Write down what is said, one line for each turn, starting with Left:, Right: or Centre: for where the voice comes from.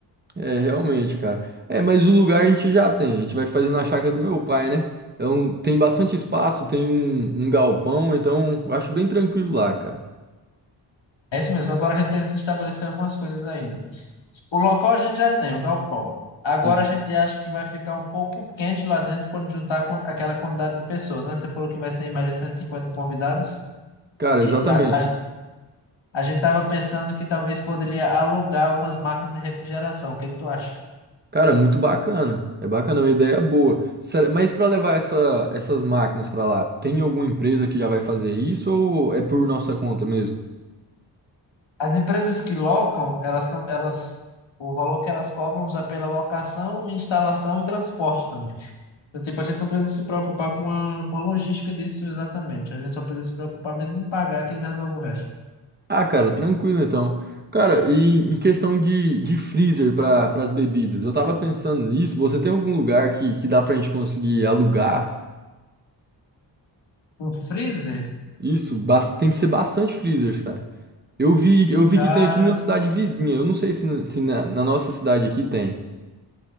Right: É, realmente, cara. É, mas o lugar a gente já tem. A gente vai fazer na chácara do meu pai, né? Então tem bastante espaço, tem um, um galpão, então eu acho bem tranquilo lá, cara.
Left: É isso mesmo. Agora a gente precisa estabelecer algumas coisas ainda. O local a gente já tem, o galpão. Agora
Right: Isso.
Left: a gente acha que vai ficar um pouco quente lá dentro quando juntar com aquela quantidade de pessoas, né? Você falou que vai ser em média 150 convidados.
Right: Cara,
Left: E,
Right: exatamente.
Left: e a, a, a gente estava pensando que talvez poderia alugar algumas máquinas de refrigeração. O que que tu acha?
Right: Cara, muito bacana. É bacana, é uma ideia boa. Será- Mas para levar essa- essas máquinas para lá, tem alguma empresa que já vai fazer isso ou é por nossa conta mesmo?
Left: As empresas que locam, elas, tam- elas, o valor que elas cobram é pela locação, instalação e transporte também. Então, tipo, a gente não precisa se preocupar com a, com a logística disso exatamente. A gente só precisa se preocupar mesmo em pagar que eles resolvem o resto.
Right: Ah, cara, tranquilo então. Cara, e em questão de, de freezer para as bebidas, eu tava pensando nisso. Você tem algum lugar que, que dá pra gente conseguir alugar?
Left: Um freezer?
Right: Isso, bas- tem que ser bastante freezers, cara. Eu vi, eu vi
Left: Cara,
Right: que tem aqui numa cidade vizinha. Eu não sei se, na- se na na nossa cidade aqui tem.